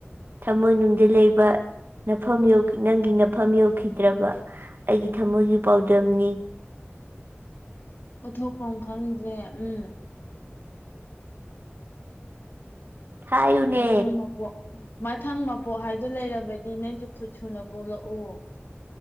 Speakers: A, on the right; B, on the left.
A: ꯊꯃꯣꯏꯅꯨꯡꯗ ꯂꯩꯕ ꯅꯐꯝ ꯌꯧꯒꯤ ꯅꯪꯒꯤ ꯅꯐꯝ ꯌꯧꯈꯤꯗ꯭ꯔꯕ ꯑꯩꯒꯤ ꯊꯃꯣꯏꯒꯤ ꯄꯥꯎꯗꯝꯅꯤ <inaudible>
B: ꯎꯠꯊꯣꯛꯐꯝ ꯈꯪꯗ꯭ꯔꯦ ꯎꯝ
A: ꯍꯥꯏꯌꯨꯅꯦ
B: ꯃꯊꯪ ꯃꯄꯣꯛ ꯃꯊꯪ ꯃꯄꯣꯛ ꯍꯥꯏꯗꯨ ꯂꯩꯔꯕꯗꯤ ꯅꯪꯁꯨ ꯐꯨꯠꯁꯨꯨꯅ ꯄꯣꯛꯂꯛꯎ